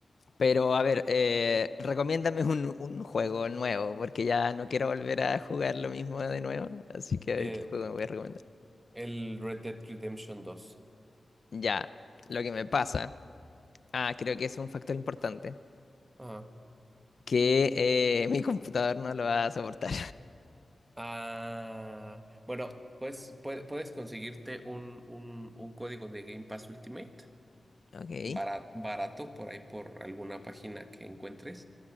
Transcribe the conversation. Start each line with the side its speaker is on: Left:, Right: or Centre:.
Left: pero a ver, eh, recomiéndame un, un juego nuevo, porque ya no quiero volver a jugar lo mismo de nuevo, así que a
Right: Eh,
Left: ver qué juego me voy a recomendar.
Right: el Red Dead Redemption dos.
Left: Ya, lo que me pasa, ah, creo que es un factor importante.
Right: Ajá.
Left: que eh, <laughs> mi computador no lo va a soportar.
Right: Ah, bueno, pues pue- puedes conseguirte un, un, un código de Game Pass Ultimate
Left: Ok.
Right: bara- barato, por ahí por alguna página que encuentres